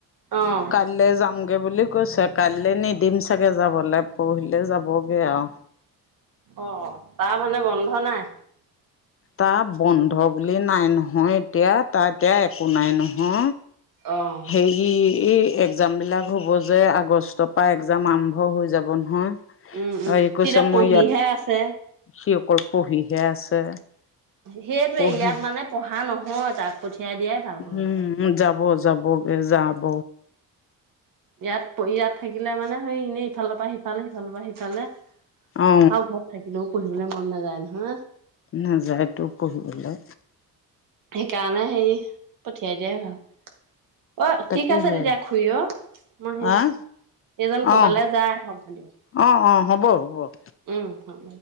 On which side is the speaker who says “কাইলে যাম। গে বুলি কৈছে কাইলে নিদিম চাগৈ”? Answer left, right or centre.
Left